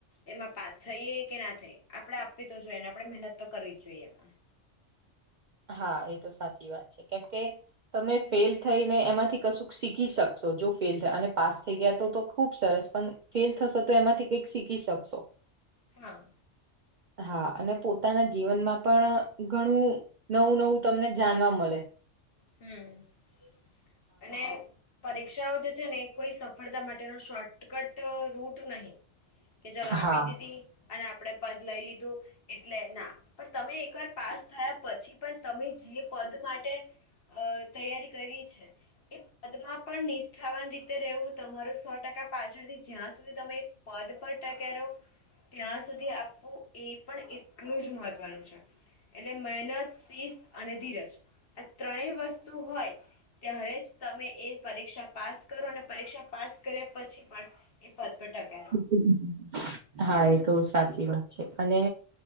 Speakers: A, on the left (about 50°); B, on the right (about 60°).
A: એમાં પાસ થઈ કે ના થઈ આપડે આપવી તો જોઈએ ને આપડણે મહેનત તો કરવી જ જોઈએ એમાં
B: હા એ તો સાચી વાત છે કેમ કે તમે ફેલ થઈને એમાંથી કશું શીખી શકશો જો ફેલ થ અને પાસ થઈ ગયા તો તો ખુબ સરસ પણ ફેલ થશો તો એમાંથી કંઈક શીખી શકશો
A: હા
B: હા અને પોતાના જીવનમાં પણ ઘણું નવું નવું તમને જાણવા મળે
A: હમ અને પરીક્ષાઓ જે છે ને એ કોઈ સફળતા માટેનો શોર્ટકટ રૂટ નહીિ કે ચલો આપી
B: હા
A: દીધી અને આપડે પદ લઈ લીધું એટલે ના પણ તમે એકવાર પાસ થયા પછી પણ તમે જે પદ માટે અ તૈયારી કરી છે એ પદમાં પણ નિષ્ઠાવાન રીતે રહેવું તમારું સો ટકા પાછળથી જ્યાં સુધી તમે પદ પર ટકો ત્યાં સુધી આપવું એ પણ એટલું જ મહત્વનું છે એટલે મહેનત શિસ્ત અને ધીરજ આ ત્રણેય વસ્તુ હોય ત્યારે જ તમે એ પરીક્ષા પાસ કરો અને પરીક્ષા પાસ કર્યા પછી પણ એ પદ પર ટકો
B: <inaudible> હા એ તો સાચી વાત છે અને